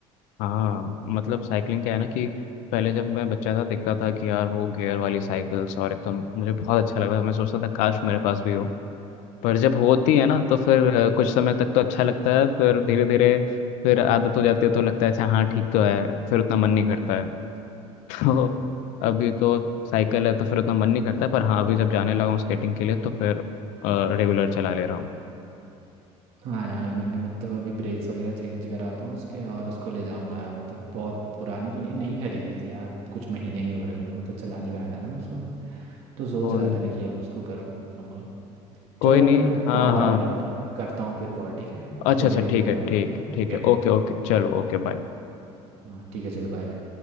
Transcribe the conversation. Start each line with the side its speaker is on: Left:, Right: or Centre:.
Left: हाँ मतलब साइकिलिंग क्या है ना कि पहले जब मैं बच्चा था देखता था कि यार वो गियर वाली साइकिल्स और एकदम मुझे बहुत अच्छा लग रहा है मैं सोचता था काश मेरे पास भी हो पर जब होती है ना तो फिर अ, कुछ समय तक तो अच्छा लगता है फिर धीरे धीरे फिर आदत हो जाती है तो लगता है अच्छा हाँ ठीक तो है फिर उतना मन नहीं करता है <laughs> तो अभी तो साइकिल है तो फिर उतना मन नहीं करता पर हाँ अभी जब जाने लगा हूँ स्केटिंग के लिए तो फिर रेगुलर चला ले रहा हूँ
Right: हाँ यार मैं भी मतलब अभी ब्रेक्स वगैरह चेंज कराता हूँ उसके और उसको ले जाऊंगा यार मतलब बहुत पुरानी तो नहीं है नई खरीदी थी यार कुछ महीने ही हो रहे होंगे मतलब चला नहीं पाया था ना मैं उसको तो सोच
Left: और
Right: रहा था कि अब उसको करूँगा
Left: कोई
Right: चलो भाई
Left: नहीं
Right: मेरे को एक
Left: हाँ
Right: कॉल आ
Left: हाँ
Right: रहा है ना मैं तो करता हूँ फिर कॉल ठीक है
Left: अच्छा
Right: थोड़ी
Left: अच्छा
Right: देर
Left: ठीक है
Right: बाद
Left: ठीक
Right: ठीक है क्या
Left: ठीक
Right: कहते
Left: है
Right: हो
Left: ओके ओके चलो ओके बाय
Right: हाँ ठीक है चलो बाय